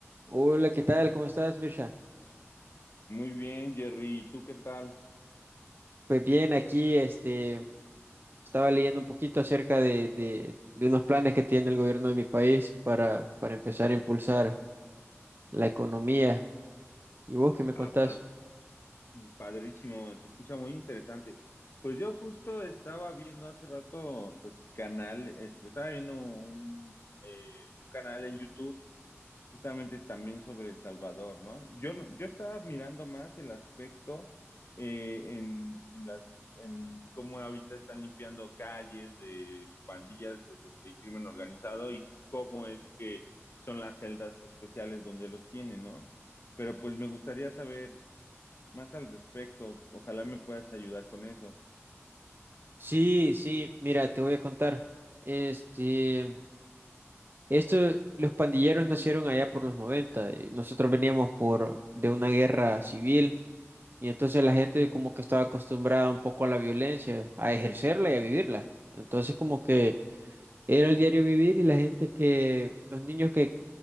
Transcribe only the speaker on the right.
Hola, ¿qué tal? ¿Cómo estás, Mirsha?
Pues bien, aquí este, estaba leyendo un poquito acerca de, de- de unos planes que tiene el gobierno de mi país para, para empezar a impulsar la economía. ¿Y vos qué me
contás?
Sí, sí, mira, te voy a contar. Este, esto, los pandilleros nacieron allá por los 90. y nosotros veníamos por de una guerra civil y entonces la gente como que estaba acostumbrada un poco a la violencia, a ejercerla y a vivirla. Entonces como que Era el diario vivir y la gente que, los niños que,